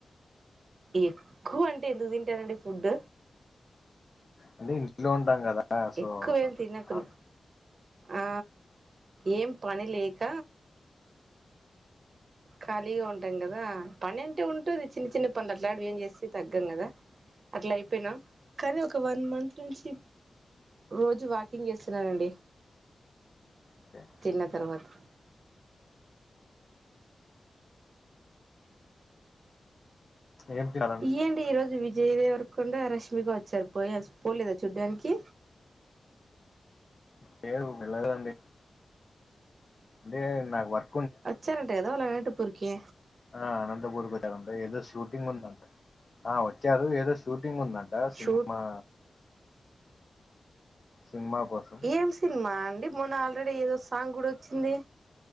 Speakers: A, on the right; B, on the left.
A: ఎక్కువ అంటే ఎందుకు తింటానండి ఫుడ్
B: అంటే ఇంట్లో ఉంటాం కదా సో
A: ఎక్కు వెన్ తినకును
B: ఆ,
A: ఆ ఏం పని లేక ఖాళీగా ఉంటాం కదా పని అంటే ఉంటుంది చిన్న చిన్న పనులు అట్లాంటివి ఏం చేస్తే తగ్గాం కదా అట్లా అయిపోయినా కానీ ఒక వన్ మంత్ నుంచి రోజు వాకింగ్ చేస్తున్నానండి
B: ఓకే.
A: తిన్న తరువాత
B: ఏం తిన్నారండి
A: ఇయ్యండి ఈరోజు వి విజయ్ దేవరకొండ రష్మిక వచ్చారు పోయిస్ పోలేదా చూడ్డానికి
B: లేరు వెళ్ళ లేదు అండి అదే నాకు వర్
A: వచ్చారంట కదా వలా వెంట పోరికి
B: ఆ అనంతపూర్కి వచ్చారంట ఏదో షూటింగ్ ఉందంట ఆ వచ్చారు ఏదో షూటింగ్ ఉందంట సినిమా
A: షూట్
B: సినిమా కోసం
A: ఏం సినిమా అండి మొన్న ఆల్రెడీ ఏదో సాంగ్ కూడా వచ్చింది